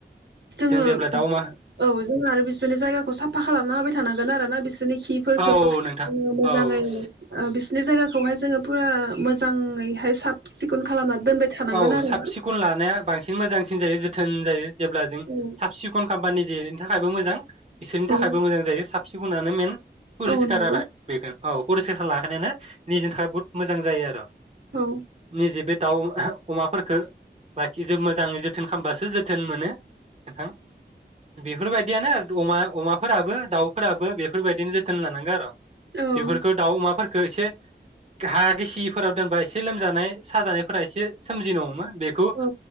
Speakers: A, on the right; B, on the right.
A: जोङो
B: जों जेब्ला दाउ अमा
A: औ जोंङो आरो बिसोरनि जायगाखौ साफा खालामना होबाय थानां गोन आरो ना बिसोरनि खिफोरखौ
B: औ
A: जोंङो
B: नोंथां
A: मोजांङै
B: औ
A: ओ बिसोर नि जायगाखौहाय जोंङो फुरा मोजांङैहाय साब सि खोन खालामनानै दोनबाय थानांगोन
B: औ
A: आरो
B: साब
A: ना
B: सिखन लानाया बांसिन मोजांसिन जायो जोथोन जायो जेब्ला जों
A: औ
B: साब सिखन खाम्बा निजे थाखायबो मोजां बिसोरनि
A: औ
B: थाखायबो मोजां जायो साफ सिखनानो मेन परिस्कार
A: औ नंगौ
B: आरो बेनो औ परिस्कार खालायना लाखिनायानो निजेनि थाखाय बहुत मोजां जायो आरो
A: औ
B: निजेबो दाउ अमाफोरखौ लाखि जोब मोजांङै जोथोन खामबासो जोथोन मोनो नोंथां बेफोरबायदियानो अमा अमाफोराबो दाउफोराबो बेफोरबायदिनो जोथोन लानांगौ आरो
A: औ
B: बेफोरखौ दाउ अमा फोर खौ एसे हा गिसिफोराव दोनबा एसे लोमजानाय साजानाय फोरा एसे सोमजिनो हमो बेखौ
A: औ